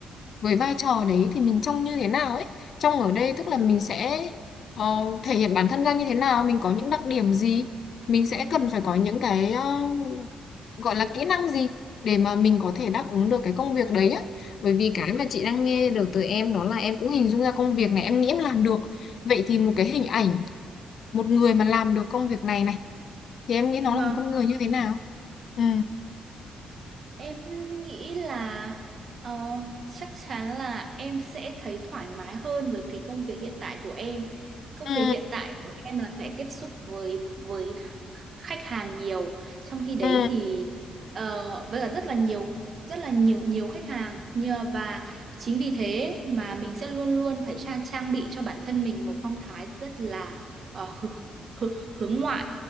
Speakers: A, on the left (about 55°); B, on the right (about 45°).
A: với vai trò đấy thì mình trông như thế nào ấy trông ở đây tức là mình sẽ ờ, thể hiện bản thân ra như thế nào mình có những đặc điểm gì mình sẽ cần phải có những cái ờ, gọi là kỹ năng gì để mà mình có thể đáp ứng được cái công việc đấy á bởi vì cái mà chị đang nghe được từ em đó là em cũng hình dung ra công việc này em nghĩ em làm được vậy thì một cái hình ảnh một người mà làm được công việc này này thì em nghĩ nó
B: Vâng.
A: là một con người như thế nào ừ
B: Em nghĩ là ờ, chắc chắn là em sẽ thấy thoải mái hơn với cái công việc hiện tại của em. Công
A: ừ
B: việc hiện tại của em là phải tiếp xúc với với khách hàng nhiều. Trong khi đấy
A: ừ
B: thì ờ, với cả rất là nhiều rất là nhiều nhiều khách hàng nhờ và chính vì thế mà mình sẽ luôn luôn phải tra trang bị cho bản thân mình một phong thái rất là ờ, hư- hư- hướng ngoại